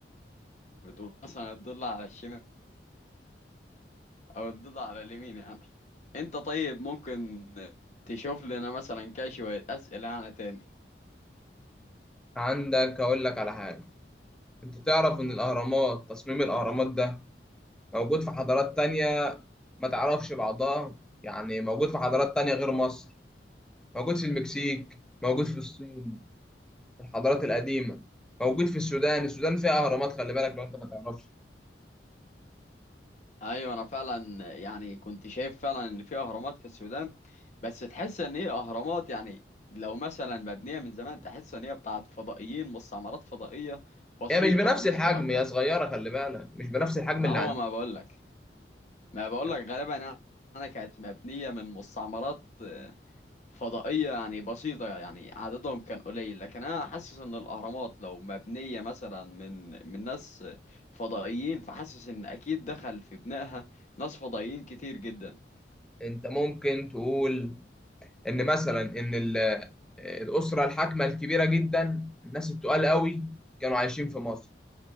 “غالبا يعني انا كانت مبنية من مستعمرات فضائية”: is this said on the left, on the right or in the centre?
Left